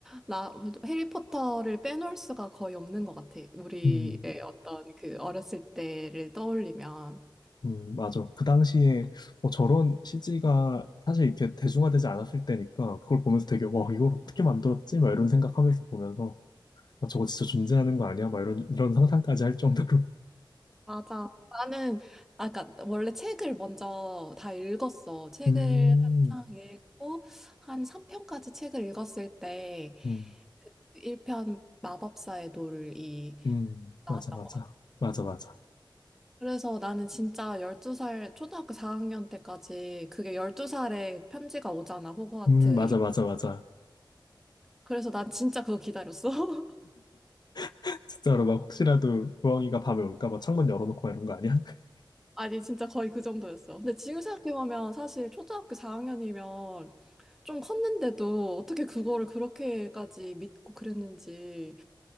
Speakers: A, in the centre; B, on the left.
A: 나 해리포터를 빼놓을 수가 거의 없는 것 같아. 우리의
B: 음.
A: 어떤 그 어렸을 때를 떠올리면.
B: 음, 맞아. 그 당시에 어, 저런 CG가 사실 이렇게 대중화되지 않았을 때니까 그걸 보면서 되게 와, 이걸 어떻게 만들었지? 막 이런 생각하면서 보면서 아, 저거 진짜 존재하는 거 아니야? 막 이런 이런 상상까지 할 정도로.
A: 맞아. 나는 아까 원래 책을 먼저 다 읽었어. 책을
B: <laughs> 음,
A: 한창 읽고 한 3편까지 책을 읽었을 때
B: 음,
A: 1편 마법사의 돌이
B: 음, 맞아,
A: 나왔던
B: 맞아,
A: 것 같아.
B: 맞아, 맞아.
A: 그래서 나는 진짜 12살 초등학교 4학년 때까지 그게 12살에 편지가 오잖아. 호그와트.
B: 음, 맞아,
A: 입-
B: 맞아, 맞아.
A: 그래서 난 진짜 그거 기다렸어. <laughs>
B: <laughs> 진짜로 막 혹시라도 부엉이가 밤에 올까 봐 창문 열어놓고 막 이런 거 아니야? <laughs>
A: 아니, 진짜 거의 그 정도였어. 근데 지금 생각해보면 사실 초등학교 4학년이면 좀 컸는데도 어떻게 그거를 그렇게까지 믿고 그랬는지